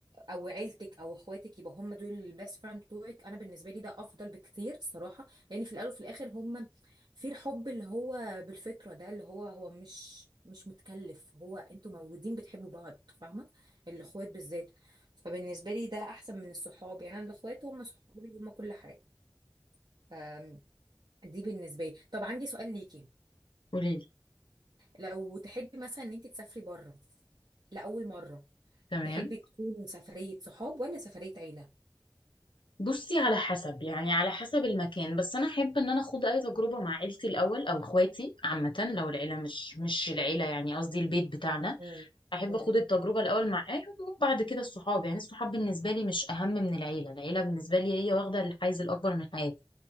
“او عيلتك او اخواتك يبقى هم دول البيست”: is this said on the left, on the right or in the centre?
Right